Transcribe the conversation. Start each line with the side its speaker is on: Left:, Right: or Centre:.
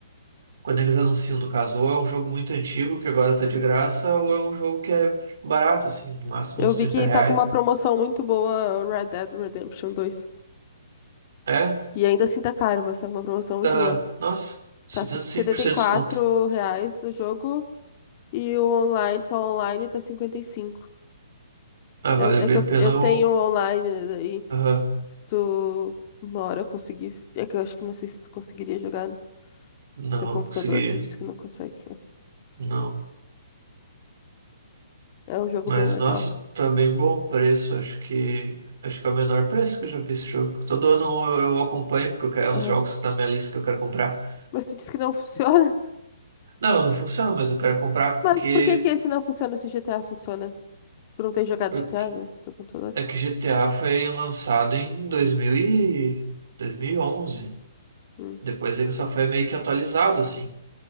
Right: quando eles anunciam no caso, ou é um jogo muito antigo que agora tá de graça, ou é um jogo que é tipo, barato, assim, no máximo
Left: Eu
Right: uns
Left: vi
Right: trinta
Left: que
Right: reais.
Left: tá com uma promoção muito boa, Red Dead Redemption dois.
Right: É,
Left: E ainda assim tá caro, mas tá com uma promoção muito
Right: dá,
Left: boa.
Right: nossa, 75%
Left: Tá se- setenta e quatro
Right: de desconto.
Left: reais o jogo e o online, só online, tá 55.
Right: Ah,
Left: Eu,
Right: vale
Left: é
Right: bem
Left: que eu,
Right: a pena
Left: eu tenho
Right: o.
Left: online, né, daí
Right: Aham.
Left: se tu uma hora conseguisse, é que eu acho que não sei se tu conseguiria jogar, né?
Right: Não,
Left: Teu computador,
Right: consegui.
Left: tu disse que não consegue.
Right: Não.
Left: É um jogo
Right: Mas,
Left: bem legal.
Right: nossa, tá bem bom o preço. Acho que. Acho que é o menor preço que eu já vi esse jogo. Todo ano eu, eu acompanho, porque eu quero, é um
Left: Aham.
Right: dos jogos que tá na minha lista que eu quero comprar.
Left: Mas tu disse que não funciona?
Right: Não, não funciona, mas eu quero comprar
Left: <laughs> Mas
Right: porque,
Left: por que que esse não funciona se o GTA funciona? Tu não tem jogado
Right: porque
Left: GTA no teu computador?
Right: é que GTA foi lançado em 2000 e... 2011.
Left: Hum.
Right: Depois ele só foi meio que atualizado, assim.